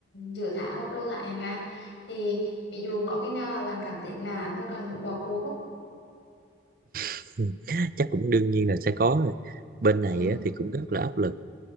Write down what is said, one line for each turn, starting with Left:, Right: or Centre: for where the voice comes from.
Left: giữa tháng hoặc đầu tháng chẳng hạn thì ví dụ có khi nào mà bạn cảm thấy nản hoặc là muốn bỏ cuộc không?
Right: <laughs> chắc cũng đương nhiên là sẽ có rồi bên này
Left: ừ
Right: á, thì cũng rất là áp lực